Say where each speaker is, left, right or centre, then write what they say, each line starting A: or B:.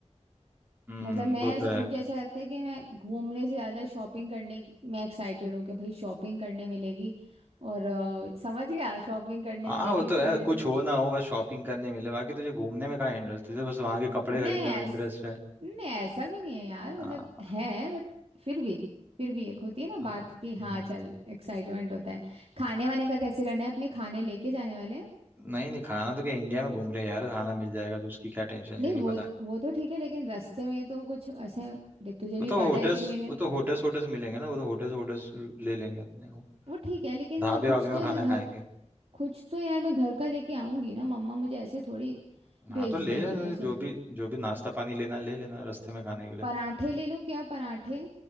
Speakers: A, on the right (about 15°); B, on the right (about 55°).
A: हम्म
B: मतलब मैं
A: वो
B: ऐसा-
A: तो है
B: मुझे ऐसा लगता है कि मैं घूमने से ज़्यादा शॉपिंग करने की मैं एक्साइटेड हूँ कि भाई शॉपिंग करने मिलेगी और अ, समझ गया शॉपिंग करने
A: हाँ
B: मिलेगी
A: वो तो
B: इस
A: है
B: वजह
A: कुछ
B: से
A: हो ना हो बस शॉपिंग करने मिले बाकी तुझे घूमने में कहाँ इंटरेस्ट तुझे बस वहाँ के कपड़े
B: नहीं
A: खरीदने
B: ऐस
A: में इंटरेस्ट है
B: नहीं ऐसा भी नहीं है यार मतलब
A: हाँ
B: है बट फिर भी फिर भी एक होती है ना
A: हाँ
B: बात कि हाँ
A: हम्म।
B: चल एक्साइटमेंट होता है खाने वाने का कैसे करना है अपने खाने लेके जाने वाले हैं
A: नहीं नहीं खाना तो क्या इंडिया में घूम रहे हैं यार खाना मिल जाएगा तो उसकी क्या टेंशन
B: नहीं
A: ले रही
B: वो
A: पता नहीं
B: वो तो ठीक है लेकिन रास्ते में तो कुछ ऐसे देख तुझे
A: वो
B: भी
A: तो
B: पता
A: होटल्स
B: है कि मेरे
A: वो तो होटल्स होटल्स मिलेंगे ना वो तो होटल्स होटल्स ले लेंगे अपने वो
B: वो ठीक है लेकिन
A: ढाबे
B: कुछ
A: वाबे में
B: तो ऐसे
A: खाना
B: घर
A: खाएंगे
B: कुछ तो यार मैं घर का लेके आऊंगी ना मम्मा मुझे ऐसे थोड़ी
A: हाँ
B: भेज
A: तो ले
B: देंगी
A: ले,
B: ये सोच
A: जो भी जो भी नाश्ता पानी लेना है ले लेना रास्ते में खाने के लिए
B: पराठे ले लूं क्या पराठे